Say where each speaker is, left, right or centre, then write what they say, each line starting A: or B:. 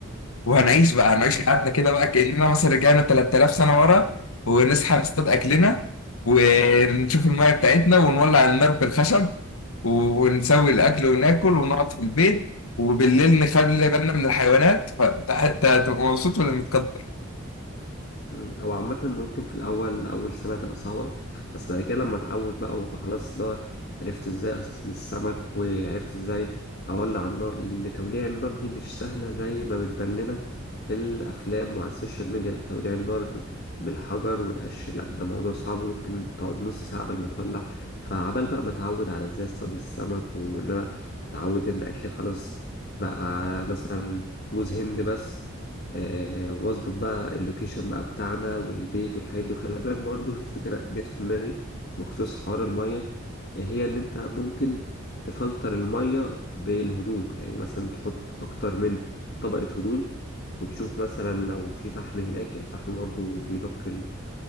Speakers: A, on the left; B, on the left.
A: وهنعيش بقى هنعيش حياتنا كده بقى كاننا مثلا رجعنا 3000 سنه ورا ونصحى نصطاد اكلنا ونشوف الميه بتاعتنا ونولع النار بالخشب و- ونسوي الاكل وناكل ونقعد في البيت وبالليل نخلي بالنا من الحيوانات فانت حتى هتبقى مبسوط ولا متقدر
B: مم. هو عامة ممكن في الأول أول سنة تبقى صعبة بس بعد كده لما أتعود بقى وأبقى خلاص لا عرفت إزاي أصطاد السمك وعرفت إزاي أولع النار لأن توليع النار دي مش سهلة زي ما بتبان لنا في الأفلام وعلى السوشيال ميديا لأ توليع النار بالحجر والقش لأ ده موضوع صعب ممكن تقعد نص ساعة قبل ما تولع فعبال بقى ما أتعود على إزاي أصطاد السمك وإن أنا أتعود إن أكلي خلاص بقى مثلا جوز هند بس آه، واظبط بقى اللوكيشن بقى بتاعنا والبيت والحاجات دي وخلي بالك برضه في فكرة جت في دماغي بخصوص حوار المية آه، هي إن أنت ممكن تفلتر المية بالهدوم يعني مثلا تحط أكتر من طبقة هدوم وتشوف مثلا لو في فحم هناك الفحم برضه بينقي